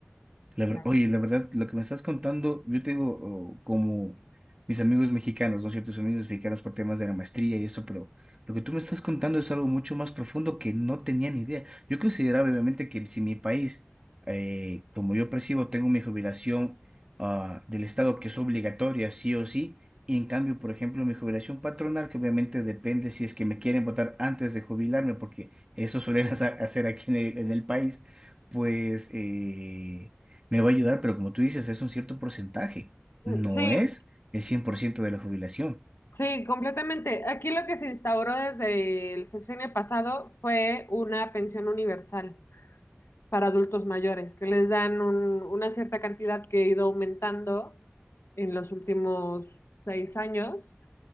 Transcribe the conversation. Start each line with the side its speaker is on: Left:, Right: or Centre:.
Right: La
Left: O sea,
Right: ver- oye, la verdad, lo que me estás contando, yo tengo oh, como mis amigos mexicanos, ¿no? Ciertos amigos mexicanos por temas de la maestría y eso, pero lo que tú me estás contando es algo mucho más profundo que no tenía ni idea. Yo consideraba, obviamente, que si mi país, eh, como yo percibo, tengo mi jubilación ah, del Estado que es obligatoria, sí o sí, y en cambio, por ejemplo, mi jubilación patronal, que obviamente depende si es que me quieren votar antes de jubilarme, porque eso suelen <laughs> hacer hacer aquí en el, en el país, pues... eh, me va a ayudar, pero como tú dices, es un cierto porcentaje, no
Left: sí,
Right: es el 100% de la jubilación.
Left: Sí, completamente. Aquí lo que se instauró desde el sexenio pasado fue una pensión universal para adultos mayores, que les dan un- una cierta cantidad que ha ido aumentando en los últimos seis años.